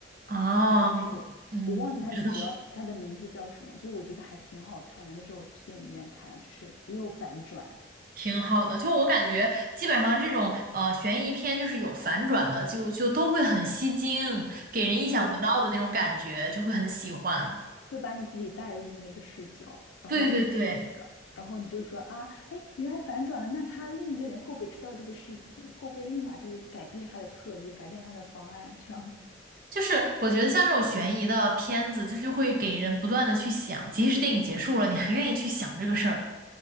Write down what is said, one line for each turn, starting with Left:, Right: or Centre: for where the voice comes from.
Right: 哦，
Left: 然后就是我忘记他的主要他的名字叫什么，
Right: 嗯，不知道。
Left: 就我觉得还挺好看的。那时候我去电影院看，就是也有反转，
Right: 挺好的，就我感觉，基本上这种呃悬疑片就是有反转的，就就都会很吸睛，给人意想不到的那种感觉，
Left: 对，
Right: 就会很喜欢。
Left: 会把你自己带入那个视角，然后，
Right: 对对对，
Left: 然然然后你就说啊，哎，原来反转了，那他另一个人会不会知道这个事情？会不会立马就改变他的策略，改变他的方案这样子？
Right: 就是我觉得像这种悬疑的片子，它就会给人不断的去想，即使电影结束了，你还愿意去想这个事儿，